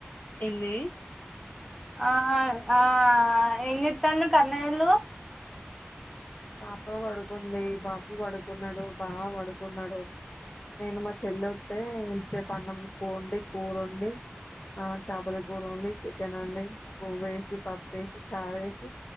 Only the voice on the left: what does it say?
ఏంది
పాప పడుకుంది బాపు పడుకున్నాడు బావ పడుకున్నాడు నేను మా చెల్ల వత్తె ఇంతసేపు అన్నం వండి కూరోండి ఆ చేపల కూర వండి చికెన్ వండి బువ్వేసి పప్పు ఏసి చారేసి